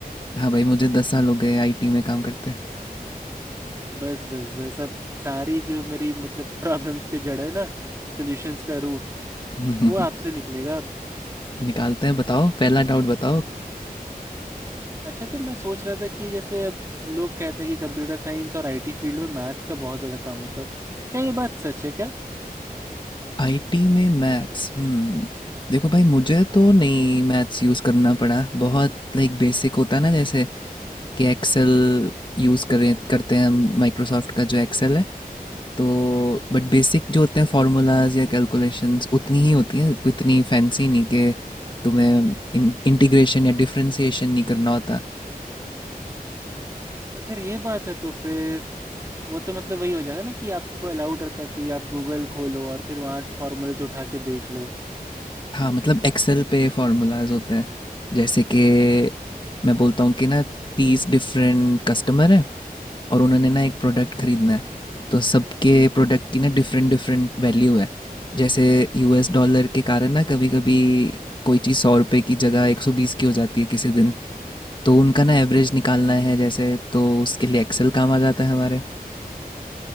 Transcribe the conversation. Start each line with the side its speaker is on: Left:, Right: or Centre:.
Left: हाँ भाई मुझे दस साल हो गए आईटी में काम करते <laughs>
Right: बस बस बस अब सारी जो मेरी मतलब प्रॉब्लम्स के जड़ है ना सॉल्यूशंस का रूट
Left: हम्म,
Right: वो आपसे निकलेगा अब
Left: निकालते हैं बताओ पहला डाउट बताओ
Right: अच्छा तो मैं सोच रहा था कि जैसे अब लोग कहते हैं कि कंप्यूटर साइंस और आईटी फील्ड में मैथ्स का बहुत ज़्यादा काम होता है क्या ये बात सच है क्या
Left: आईटी में मैथ्स हम्म देखो भाई मुझे तो नहीं मैथ्स यूज़ करना पड़ा बहुत लाइक बेसिक होता है ना जैसे कि एक्सेल यूज़ करें करते हैं हम माइक्रोसॉफ्ट का जो एक्सेल है तो बट बेसिक जो होते हैं फार्मूलाज या कैलकुलेशंस उतनी ही होती हैं कोई इतनी फैंसी नहीं कि तुम्हें इंटीग्रेशन या डिफरेंशिएशन नहीं करना होता
Right: अगर ये बात है तो फिर वो तो मतलब वही हो जाएगा ना कि आपको अलाउड रहता है कि आप गूगल खोलो और फिर वहाँ से फॉर्मूलेज उठा के देख लो
Left: हाँ मतलब एक्सेल पे फार्मूलाज होते हैं जैसे कि मैं बोलता हूँ कि ना तीस डिफरेंट कस्टमर हैं और उन्होंने ना एक प्रोडक्ट खरीदना है तो सबके प्रोडक्ट की ना डिफरेंट डिफरेंट वैल्यू है जैसे यूएस डॉलर के कारण ना कभी कभी कोई चीज़ सौ रुपये की जगह एक सौ बीस की हो जाती है किसी दिन तो उनका ना एवरेज निकालना है जैसे तो उसके लिए एक्सेल काम आ जाता है हमारे